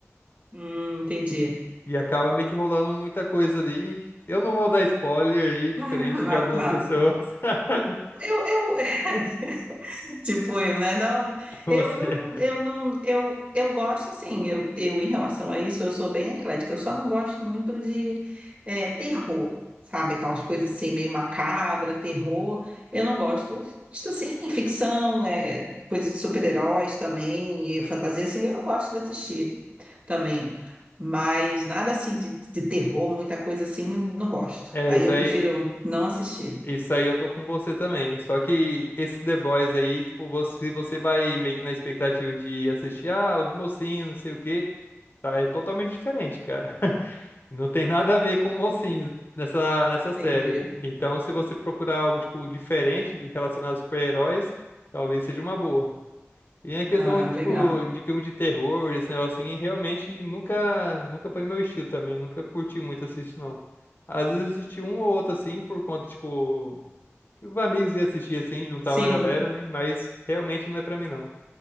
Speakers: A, on the right (about 30°); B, on the left (about 50°).
A: Hum, entendi.
B: E, e acaba meio que rolando muita coisa ali. Eu não vou dar spoiler aí, diferente
A: <laughs>
B: de
A: Ah,
B: algumas
A: tá.
B: pessoas. <laughs>
A: Eu, eu, <laughs> tipo eu, né? Não,
B: Você.
A: eu não, eu não, eu, eu gosto, assim, eu, eu em relação a isso, eu sou bem eclética. Eu só não gosto muito de é, terror, sabe? Aquelas coisas assim, meio macabra, terror. Eu não gosto, Isso, assim, ficção, é, coisa de super-heróis também, e fantasia, assim, eu gosto de assistir. também. Mas nada assim de, de terror, muita coisa assim, não gosto.
B: É,
A: Aí
B: isso
A: eu
B: aí,
A: prefiro não assistir.
B: isso aí eu tô com você também. Só que esse The Boys aí, tipo, você, você vai meio que na expectativa de assistir, ah, os mocinhos, não sei o quê. Tá, é totalmente diferente, cara. <laughs> Não tem nada a ver com mocinhos nessa, nessa série.
A: Entendi.
B: Então, se você procurar algo, tipo, diferente relacionado a super-heróis, talvez seja uma boa. E a questão,
A: Ah,
B: tipo,
A: legal.
B: de filme de terror, esse negócio assim, realmente nunca, nunca foi meu estilo também, nunca curti muito assistir, não. Às vezes assisti um ou outro, assim, por conta, tipo, que os amigos iam assistir, assim, juntava
A: Sim,
B: a galera, né? Mas realmente não é pra mim, não.